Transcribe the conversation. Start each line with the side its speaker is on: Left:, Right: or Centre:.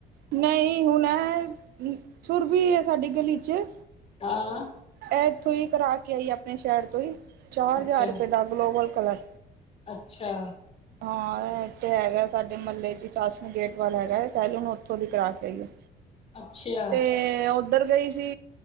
Right: ਨਹੀਂ ਹੁਣ ਐ ਸੁਰਬੀ ਹੈ ਸਾਡੀ ਗਲੀ ਚ
Left: ਹਾਂ।
Right: ਇਹ ਇੱਥੋਂ ਹੀ ਕਰਾ ਕੇ ਆਈ ਆਪਣੇ ਸ਼ਹਿਰ ਤੋਂ ਹੀ ਚਾਰ
Left: ਅੱਛਾ
Right: ਹਜ਼ਾਰ ਰੁਪਏ ਦਾ ਗਲੋਬਲ ਕਲਰ।
Left: ਅੱਛਾ।
Right: ਹਾਂ ਇਥੇ ਹੈਗਾ ਸਾਡੇ ਮਹੱਲੇ ਚ ਸ਼ਾਸਨੀ ਗੇਟ ਵੱਲ ਹੈਗਾ ਸੈਲੂਨ ਉੱਥੋਂ ਦੀ ਕਰਾ ਕੇ ਆਈ ਹਾਂ।
Left: ਅੱਛਾ
Right: ਤੇ, ਉਹ ਉੱਧਰ ਗਈ ਸੀ,